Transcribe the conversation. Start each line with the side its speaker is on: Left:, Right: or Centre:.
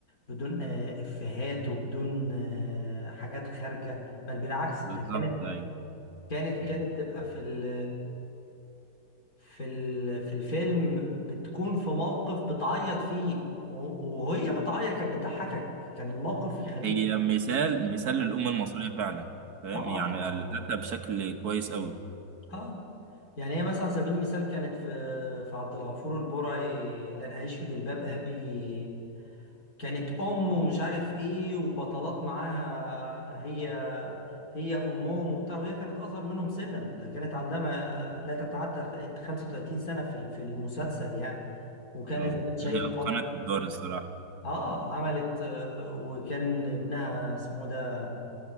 Left: بدون آه، إفيهات وبدون آه، حاجات خارجة بل بالعكس
Right: بالظبط
Left: ده كانت
Right: ايوه
Left: كانت كانت
Right: مم.
Left: تبقى في ال في ال في الفيلم بتكون في موقف بتعيط فيه و- وهي بتعيط كانت بتضحكك كان الموقف يخليك
Right: هي مثال مثال
Left: <laughs>
Right: للأمة المصرية فعلا فاهم
Left: طبعا
Right: يعني قالتها بشكل كويس قوي
Left: اه يعني هي مثلا على سبيل المثال كانت في في عبد الغفور البرعي لن أعيش في جلباب أبي كانت ام ومش عارف ايه وبطلات معاها هي هي امهم وبتاع وهي كانت اصغر منهم سنا ده كانت عندها ما لا تتعدى 35 سنه في ال- في المسلسل يعني وكان
Right: اه
Left: زي ما انت شايف
Right: هي اتقنت
Left: عمل
Right: الدور الصراحة
Left: اه عملت آه، وكان ابنها اسمه ده